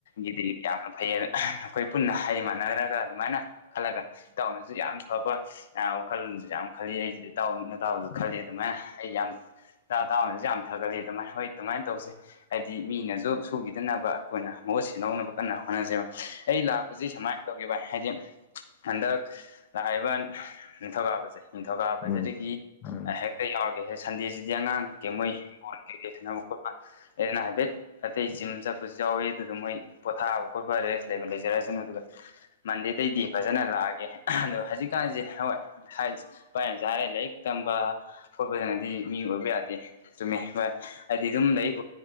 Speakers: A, on the left; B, on the left.
A: ꯒꯤꯗꯤ ꯌꯥꯝꯅ ꯐꯩ ꯑꯩꯈꯣꯏ ꯄꯨꯟꯅ ꯍꯥꯏꯗꯤ ꯃꯥꯟꯅꯔꯒ ꯑꯗꯨꯃꯥꯏꯅ ꯈꯜꯂꯒ ꯏꯇꯥꯎꯟꯗꯁꯨ ꯌꯥꯝ ꯐꯕ ꯋꯥꯈꯜꯁꯨ ꯌꯥꯝ ꯈꯜꯂꯤ ꯑꯩꯁꯨ ꯏꯇꯥꯎ ꯅꯇꯥꯎ ꯈꯜꯂꯤ ꯑꯗꯨꯃꯥꯏꯅ ꯑꯩ ꯌꯥꯝ ꯏꯇꯥꯎ ꯇꯥꯎꯅꯁꯨ ꯌꯥꯝ ꯊꯥꯒꯠꯂꯤ ꯑꯗꯨꯃꯥꯏꯅ ꯍꯣꯏ ꯑꯗꯨꯃꯥꯏꯅ ꯇꯧꯁꯦ ꯍꯥꯏꯗꯤ ꯃꯤꯅꯁꯨ ꯁꯨꯈꯤꯗꯅꯕ ꯑꯩꯈꯣꯏꯅ ꯃꯍꯨꯠ ꯁꯤꯍꯧꯅꯕ ꯀꯟꯅ ꯍꯣꯠꯅꯖꯦꯕ ꯑꯩ ꯂꯥꯛꯄꯁꯤ ꯁꯨꯃꯥꯏꯅ ꯇꯧꯒꯦ ꯕꯥꯏ ꯍꯥꯏꯗꯤ ꯍꯟꯗꯛ ꯂꯥꯛꯏꯕ ꯅꯤꯡꯊꯧꯀꯥꯕꯁꯦ ꯅꯤꯡꯊꯧꯀꯥꯕꯖꯤꯗꯒꯤ
B: ꯎꯝ ꯎꯝ ꯎꯝ
A: ꯍꯦꯛꯇ ꯌꯥꯎꯔꯒꯦ ꯁꯟꯗꯦꯁꯤꯗꯤ ꯑꯉꯥꯡꯒꯤ ꯃꯣꯏ ꯏꯪꯈꯣꯟ ꯀꯩꯀꯩ ꯁꯥꯅꯕ ꯈꯣꯠꯄ ꯂꯩꯗꯅ ꯍꯥꯏꯐꯦꯠ ꯑꯇꯩ ꯖꯤꯝ ꯆꯠꯄꯁꯨ ꯌꯥꯎꯏ ꯑꯗꯨꯗꯨ ꯃꯣꯏ ꯄꯣꯊꯥꯕ ꯈꯣꯠꯄ ꯔꯦꯖ ꯂꯩꯕ ꯂꯩꯖꯔꯁꯅꯨ ꯑꯗꯨꯒ ꯃꯟꯗꯦꯇꯩꯗꯤ ꯐꯖꯅ ꯂꯥꯛꯑꯒꯦ ꯑꯗꯣ ꯍꯧꯖꯤꯛꯀꯥꯟꯁꯦ ꯍꯣꯏ <unintelligible> ꯚꯥꯏꯅꯁꯨ ꯍꯥꯏꯔꯦ ꯂꯥꯏꯔꯤꯛ ꯇꯝꯕ ꯈꯣꯠꯄꯗꯅꯗꯤ ꯃꯤ ꯑꯣꯏꯕ ꯌꯥꯗꯦ ꯆꯨꯝꯃꯦ ꯍꯣꯏ ꯍꯥꯏꯗꯤ ꯑꯗꯨꯝ ꯂꯥꯏꯔꯤꯛ